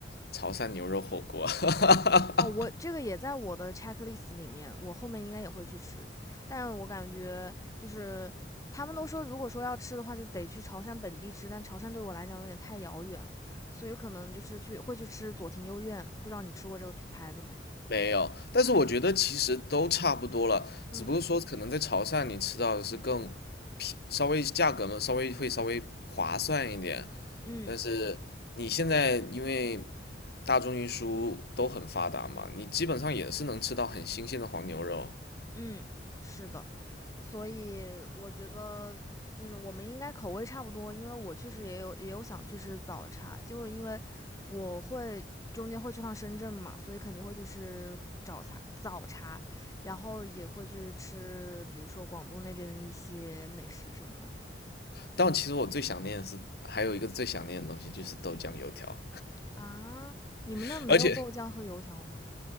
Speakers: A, on the left; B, on the left.
A: 潮汕牛肉火锅，<laughs>
B: 哦，我这个也在我的 checklist 里面，我后面应该也会去吃，但我感觉就是他们都说，如果说要吃的话，就得去潮汕本地吃，但潮汕对我来讲有点太遥远了，所以有可能就是去会去吃左庭右院，不知道你吃过这个牌子没？
A: 没有，但是我觉得其实都差不多了，
B: 嗯
A: 只不过说可能在潮汕你吃到的是更便，稍微价格嘛，稍微会稍微划算一点，
B: 嗯
A: 但是你现在因为大众运输都很发达嘛，你基本上也是能吃到很新鲜的黄牛肉。
B: 嗯，是的，所以我觉得，嗯，我们应该口味差不多，因为我确实也有也有想去吃早茶，就是因为我会中间会去趟深圳嘛，所以肯定会去吃早茶早茶，然后也会去吃，比如说广东那边的一些美食什么的
A: 但其实我最想念的是，还有一个最想念的东西就是豆浆油条，
B: 啊。你们那儿没有豆浆和油条吗？
A: <laughs> 而且